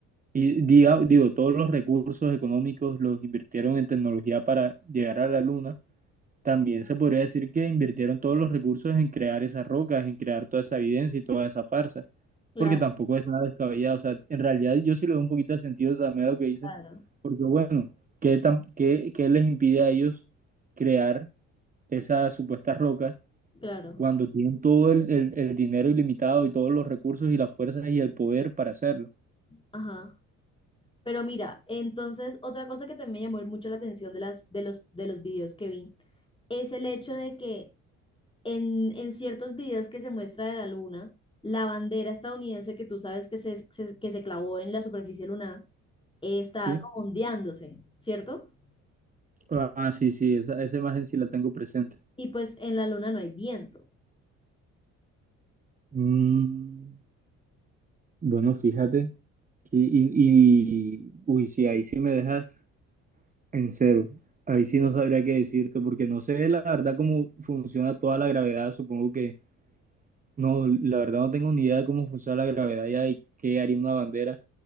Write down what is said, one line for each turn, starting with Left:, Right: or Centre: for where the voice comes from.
Right: y diga- digo, todos los recursos económicos los invirtieron en tecnología para llegar a la luna, También se podría decir que invirtieron todos los recursos en crear esas rocas, en crear toda esa evidencia y toda esa farsa,
Left: Claro,
Right: porque tampoco es nada descabellado. O sea, en realidad yo sí le doy un poquito de sentido también a lo que dice,
Left: claro,
Right: porque bueno, ¿qué, tan- qué- qué les impide a ellos crear esas supuestas rocas
Left: claro.
Right: cuando tienen todo el, el- el dinero ilimitado y todos los recursos y las fuerzas y el poder para hacerlo?
Left: Ajá. Pero mira, entonces otra cosa que también me llamó mucho la atención de las, de los, de los videos que vi es el hecho de que en, en ciertos videos que se muestra de la luna, la bandera estadounidense que tú sabes que se, se- que se clavó en la superficie lunar, eh, está
Right: ¿Sí?
Left: como ondeándose, ¿cierto?
Right: Ah, sí, sí, esa, esa imagen sí la tengo presente.
Left: Y pues en la luna no hay viento.
Right: Mm. Bueno, fíjate. Y, y, y- uy, sí, ahí sí me dejas en cero. Ahí sí no sabría qué decirte, porque no sé la verdad cómo funciona toda la gravedad. Supongo que no, la verdad no tengo ni idea de cómo funciona la gravedad ya y qué haría una bandera,